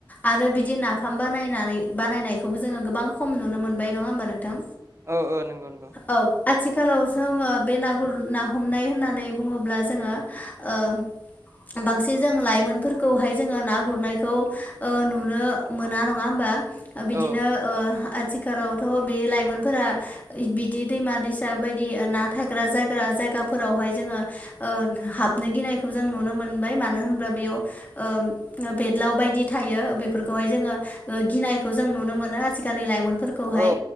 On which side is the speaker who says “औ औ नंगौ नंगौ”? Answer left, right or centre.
Right